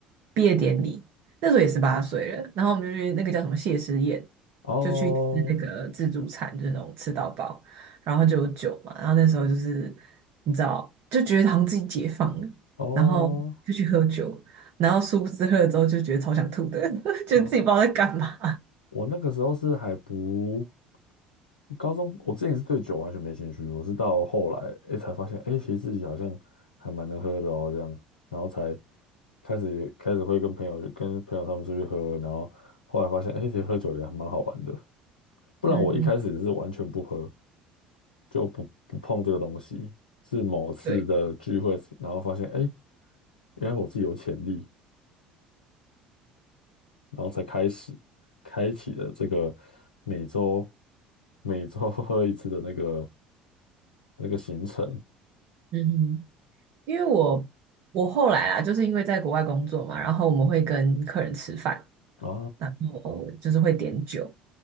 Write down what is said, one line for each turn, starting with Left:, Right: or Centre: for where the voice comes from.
Right: 毕业典礼那时候也十八岁了，然后我们就去那个叫什么谢师宴，
Left: 哦
Right: 就去吃那个自助餐，就是那种吃到饱，然后就有酒嘛，然后那时候就是你知道，就觉得好像自己解放了，
Left: 哦
Right: 然后就去喝酒，然后殊不知喝了之后就觉得超想吐的，<laughs> 就自己不知道在干嘛。
Left: 哦，我那个时候是还不我高中，我之前是对酒完全没兴趣，我是到后来哎才发现，哎，其实自己好像还蛮能喝的哦，这样，然后才开始开始会跟朋友去跟朋友他们出去喝，然后后来发现，哎，其实喝酒也还蛮好玩的。不然我一开始是完全不喝，
Right: 嗯哼，
Left: 就不不碰这个东西。是某次的聚会，
Right: 对，
Left: 然后发现，哎，原来我自己有潜力，然后才开始开启了这个每周每周 <laughs> 喝一次的那个那个行程
Right: 嗯哼，因为我我后来啊，就是因为在国外工作嘛，然后我们会跟客人吃饭。
Left: 啊
Right: 然后就是会点酒，